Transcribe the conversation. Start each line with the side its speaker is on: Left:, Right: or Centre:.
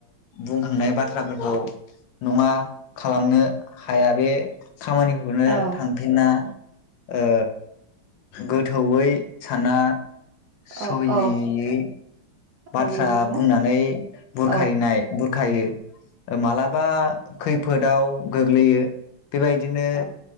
Left: बुंखांनाय बाथ्राफोरखौ नङा खालामनो हाया बे खामानिखौनो
Right: औ
Left: थां फिनना ओ गोथौयै साना सहि
Right: औ औ
Left: बाथ्रा
Right: औ नंगौ
Left: बुंनानै बुरखायनाय
Right: औ
Left: बुरखायो मालाबा खैफोदाव गोग्लैयो बेबायदिनो
Right: औ